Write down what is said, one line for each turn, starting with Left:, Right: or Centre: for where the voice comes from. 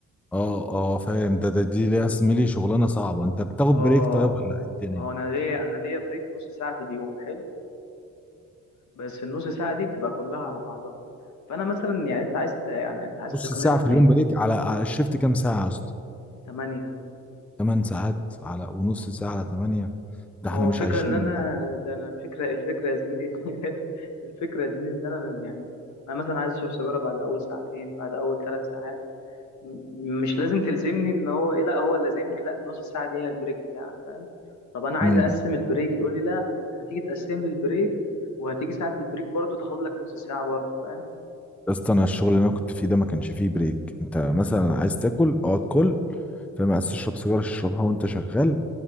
Centre: اه اه فاهم ده ده دي ليا زميلي شغلانه صعبه انت بتاخد
Left: اه
Centre: بريك طيب ولا إيه الدنيا
Left: ما هو انا ليا انا ليا بريك نص ساعه في اليوم حلو بس النص ساعه دي بتبقى كلها على بعضها فانا مثلا يعني انت عايز ت- يعني انت عايز
Centre: نص
Left: تقنعني
Centre: ساعة في اليوم بريك على على الشيفت كام ساعة يا اسطى؟
Left: 8
Centre: تمن ساعات على ونص ساعة على تمانية
Left: ما
Centre: ده احنا
Left: هو
Centre: مش
Left: فكرة
Centre: عايشين
Left: ان انا
Centre: يا جدع.
Left: ده انا فكرة الفكرة يا زميلي <laughs> الفكرة يا زميلي ان انا يعني انا مثلا عايز اشرب سيجارة بعد اول ساعتين بعد اول ثلاث ساعات م- مش لازم تلزمني ان هو ايه لا هو لازمني لا النص ساعة دي هي البريك بتاعك فاهم طب انا عايز
Centre: امم
Left: اقسم البريك يقول لي لا انت هتيجي تقسم لي البريك وهتيجي ساعة البريك برضو تاخد لك نص ساعة برضو فاهم
Centre: يا اسطى انا الشغل اللي انا كنت فيه ده ما كانش فيه بريك انت مثلا عايز تاكل اقعد كل فاهم عايز تشرب سيجارة اشربها وانت شغال